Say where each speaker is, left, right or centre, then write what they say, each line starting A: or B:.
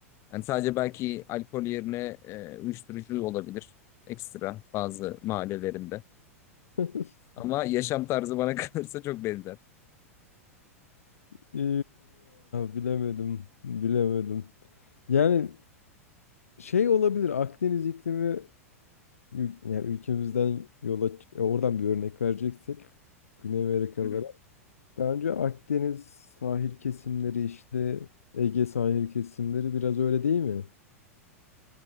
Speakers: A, on the left; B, on the left.
A: Yani sadece belki alkol yerine e, uyuşturucu olabilir. Ekstra bazı mahallelerinde.
B: <laughs>
A: Ama yaşam tarzı bana <laughs> kalırsa çok benzer.
B: Ya, bilemedim. Bilemedim. Yani şey olabilir. Akdeniz iklimi Ül- Yani ülkemizden yola e, oradan bir örnek vereceksek Güney Amerikalılara.
A: Hı hı.
B: Bence Akdeniz sahil kesimleri işte Ege sahil kesimleri biraz öyle değil mi?